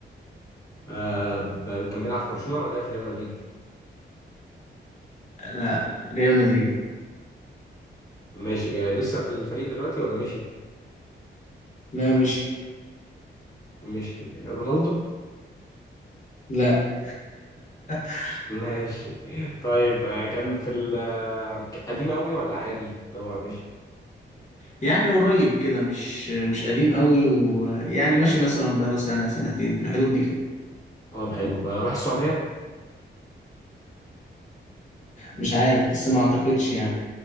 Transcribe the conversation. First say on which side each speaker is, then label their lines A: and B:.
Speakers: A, on the left; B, on the left.
A: آه ب- كان بيلعب في برشلونة ولا لعب في ريال مدريد
B: لا ريال مدريد
A: ماشي آه لسه في الفريق دلوقتي ولا مشي
B: لا مشي
A: مشي رونالدو
B: لا <laughs>
A: ماشي <laughs> طيب آه كان في ال آه، قديم قوي ولا عادي اللي هو مشي
B: يعني قريب كده مش مش قديم قوي ويعني ماشي مثلا بقاله سنة سنتين في الحدود دي كده
A: طب حلو آه، راح السعودية
B: مش عارف بس ما اعتقدش يعني